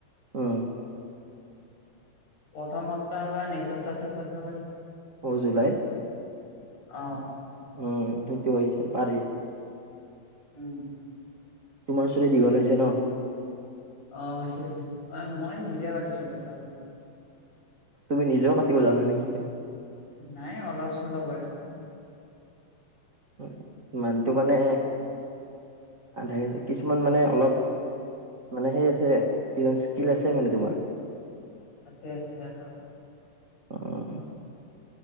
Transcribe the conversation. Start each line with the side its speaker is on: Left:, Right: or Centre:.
Right: অ
Left: প্ৰথম সপ্তাহ বা নেক্সট সপ্তাহত ধৰিব পাৰি
Right: হ জুলাই
Left: অ।
Right: উম সেইটো হৈছে পাৰি।
Left: উম হম।
Right: তোমাৰ চুলি দীঘল হৈছে ন?
Left: অ হৈছে হৈছে অ মই নিজে কতিছিলো ল লগ।
Right: তুমি নিজেও কাতিব জানা নেকি?
Left: নাই অলপ চলপ আৰু।
Right: উ ইমানটো মানে আধাকে কিছুমান মানে অলপ মানে সেই আছে কিজান স্কিল আছে মানে তোমাৰ?
Left: আছে আছে আও ন?
Right: অ',